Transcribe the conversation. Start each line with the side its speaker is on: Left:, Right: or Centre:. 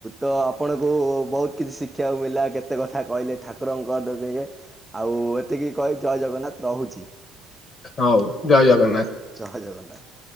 Centre: ତ ଆପଣଙ୍କୁ ବହୁତ୍ କିଛି ଶିଖିବାକୁ ମିଳିଲା କେତେ କଥା କହିଲେ ଠାକୁରଙ୍କ ଆଉ ଏତିକି କହି ଜୟ ଜଗନ୍ନାଥ ରହୁଛି।
Left: ହୋଉ ଜୟ ଜଗନ୍ନାଥ।
Centre: ଜୟ ଜଗନ୍ନାଥ।